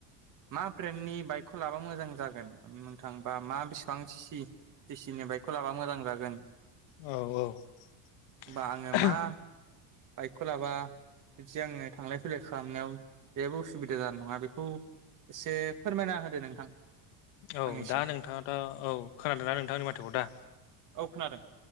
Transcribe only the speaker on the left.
औ औ।
औ
दा नोंथाङाथ' औ खोनादों नना नोंथांनि माथोखौ दा